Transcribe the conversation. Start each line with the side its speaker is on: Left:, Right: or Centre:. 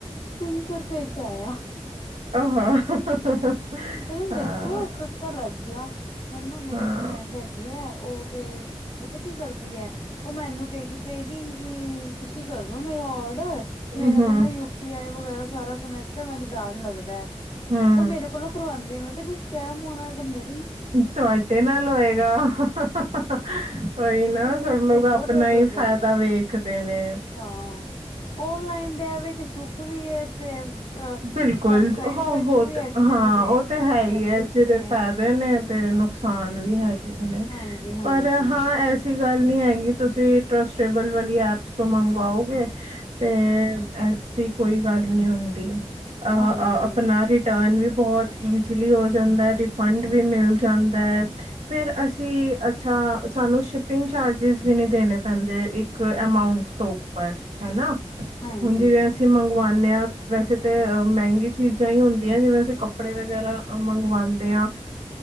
Left: ਤਿੰਨ ਸੌ ਰੁਪਏ ਚ ਆਇਆ।
Right: ਆੋ ਹਾਂ ਹ ਹ ਹ
Left: ਫਿਰ
Right: ਹਾਂ
Left: ਦੇਖੋ ਤੁੱਕਾ ਲੱਗ ਗਿਆ ਪਰ, ਨਾ ਮੇਰੀ
Right: ਹਾਂ
Left: ਇੱਕ ਫਰੈਂਡ ਹੈਗੀ ਹੈ, ਉਹ ਤੇ ਪਤਾ ਕੀ ਕਰਦੀ ਹੈ ਉਹ ਮੈਨੂੰ ਕਹਿ ਗ ਕ ਗਈ ਕਿ ਤੁਸੀਂ ਕਰਦੋ ਮੇਰਾ ਔਡ ਵਹ, ਮੇਰਾ
Right: ਹੂੰ
Left: ਤੇ ਨਾ ਯੂ ਪੀ ਆਈ ਵਗੈਰਾ ਸਾਰਾ ਕਨੈਕਟ, ਮੈਨੂੰ ਡਰ ਲੱਗਦਾ ਹੈ।
Right: ਹਾਂ।
Left: ਉਹ ਮੇਰੇ ਕੋਲੋਂ ਕਰਵਾਂਦੀ ਮੈ ਕਿਹਾ ਜੀ ਸਕੈਮ ਹੋਨਾਂ ਹੋਏਗਾ ਮੇ
Right: ਤੁਹਾਡੇ ਨਾਲ ਹੋਏਗਾ, ਕੋਈ ਨਾ
Left: ਕਈ
Right: <unintelligible>
Left: ਬਹੁਤ
Right: ਆਪਣਾ
Left: ਡਰ
Right: ਈ
Left: ਡਰਦੇ
Right: ਈ ਫਾਇਦਾ
Left: ਨੇ
Right: ਵੇਖਦੇ ਨੇ।
Left: ਹਾਂ ਔਨਲਾਈਨ ਦੇ ਐਵੇ ਕਿ ਸੁੱਖ ਵੀ ਐ ਤੇ ਅ ਤੁਹਾਨੂੰ
Right: ਬਿਲਕੁਲ
Left: ਸਾਈਡ
Right: ਹੋ
Left: ਇਫੈਕਟ
Right: ਹੋਤ
Left: ਵੀ ਹੈਗੇ ਨੇ
Right: ਹਾਂ
Left: ਇਹਨਾਂ ਦੇ
Right: ਉਹ ਤੇ ਹੈ
Left: ਬੈਨੀਫਿਟਸ
Right: ਈ ਐ ਜਿਹ
Left: ਵੀ ਨੇ
Right: ਫਾਇਦੇ ਨੇ ਤੇ ਨੁਕਸਾਨ ਵੀ ਹੈਗੇ ਨੇ
Left: ਹਾਂਜੀ ਹਾਂਜੀ
Right: ਪਰ ਹਾਂ ਐਸੀ ਗੱਲ ਨਹੀਂ ਹੈਗੀ ਤੁਸੀਂ ਟਰਸਏਬਲ ਵਾਲੀ ਐਪਸ ਤੋਂ ਮੰਗਵਾਓਗੇ ਤੇ ਐ ਐਸੀ ਕੋਈ ਗੱਲ ਨੀ ਹੁੰਦੀ ਅ
Left: ਹਾਂਜੀ,
Right: ਆਪਣਾ ਰਿਟਰਨ ਵੀ ਬਹੁਤ ਇਜ਼ਲੀ ਹੋ ਜਾਂਦਾ ਹੈ, ਰਿਫੰਡ ਵੀ ਮਿਲ ਜਾਂਦਾ ਹੈ, ਫਿਰ ਅਸੀਂ ਅੱਛਾ। ਹਾਂ, ਸਾਨੂੰ ਸ਼ਿਪਿੰਗ ਚਾਰਜਿਸ, ਵੀ ਨਹੀਂ ਦੇਣੇ ਪੈਂਦੇ, ਇੱਕ ਅਮਾਊਂਟ ਤੋਂ ਉੱਪਰ ਹੈ ਨਾ।
Left: ਹਾਂਜੀ,
Right: ਹੁਣ, ਜਿਵੇ ਅਸੀਂ ਮਗਵਾਣੇ, ਹਾਂ ਵੈਸੇ ਤੇ ਮਹਿੰਗੀ ਚੀਜ਼ਾਂ, ਹੀ ਹੁੰਦੀਆਂ ਜਿਵੇਂ, ਅਸੀਂ ਕੱਪੜੇ ਵਗ਼ੈਰਾ ਮੰਗਵਾਉਂਦੇ ਆ